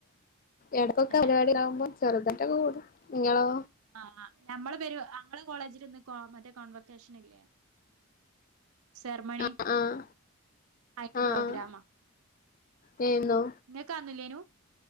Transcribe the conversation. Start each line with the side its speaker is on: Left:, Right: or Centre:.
Left: ഇടക്കൊക്കെ
Right: ഏ
Left: പരിപാടിയാകുമ്പോ ചെറുതായിട്ടൊക്കെ കൂടും നിങ്ങളോ
Right: ആഹ്‌ ഞമ്മള് പെരു ഞമ്മളെ കോളേജിൽ ഇന്ന് മറ്റേ കോൺവെക്കേഷന്ല്ലേ സെർമണി
Left: ആഹ് ആഹ്
Right: അയിന്റെ
Left: ആഹ്
Right: പ്രോഗ്രാമ
Left: ആഹ് നിന്നോ
Right: നിങ്ങക്കാന്നില്ലേനു